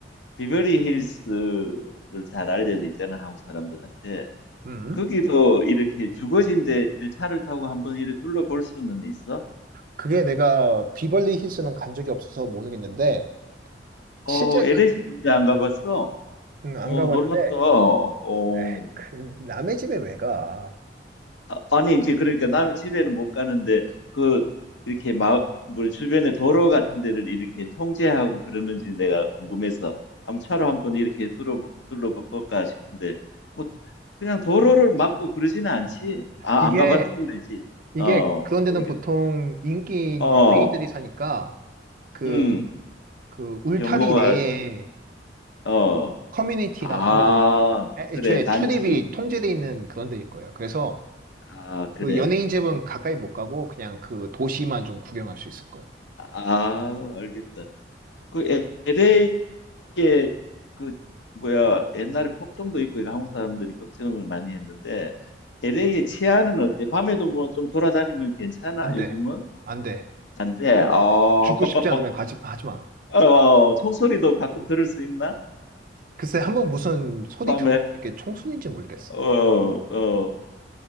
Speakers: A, on the left; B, on the right.
A: 비버리 힐스를 잘 알려져 있잖아 한국 사람들한테
B: 음.
A: 거기도 이렇게 주거지인데 이렇게 차를 타고 한번 이렇게 둘러볼 수는 있어?
B: 그게 내가 비벌리 힐스는 간 적이 없어서 모르겠는데,
A: 어
B: 실제
A: LA
B: 그-
A: 시리즈 안 가봤어?
B: 음, 안
A: 어
B: 가봤는데,
A: 놀랐다. 어
B: 에이, 그 남의 집에 왜 가?
A: 아, 아니 이제 그러니까 남의 집에는 못 가는데 그 이렇게 마을 주변에 도로 같은 데를 이렇게 통제하고 그러는지 내가 궁금해서 한번 차로 한번 이렇게 둘러 둘러볼까 싶은데 뭐 그냥 도로를 막고 그러지는 않지. 아,
B: 이게,
A: 안 가봤다고 그랬지.
B: 이게
A: 어,
B: 그런
A: 모르겠.
B: 데는 보통 인기인
A: 어,
B: 연예인들이 사니까, 그
A: 음,
B: 그 울타리
A: 경호가
B: 내에
A: 심한. 어,
B: 커뮤니티라고
A: 아,
B: 애-
A: 그래
B: 애초에
A: 단지.
B: 출입이 통제돼 있는 그런 데일 거예요. 그래서
A: 아, 그래.
B: 그 연예인 집은 가까이 못 가고 그냥 그 도시만 좀 구경할 수 있을 거예요.
A: 아, 알겠다. 그 LA 이게 그 뭐야 옛날에 폭동도 있고 이거 한국 사람들이 걱정을 많이 했는데 LA의 치안은 어때? 밤에도 뭐 좀 돌아다니면 괜찮아?
B: 안 돼.
A: 요즘은?
B: 안 돼.
A: 안 돼. 어,
B: 죽고
A: <laughs>
B: 싶지 않으면 가지, 하지 마.
A: 어, 총소리도 가끔 들을 수 있나?
B: 글쎄, 한번 무슨 소리
A: 밤에.
B: 들어, 이게 총소리인지 모르겠어.
A: 어, 어.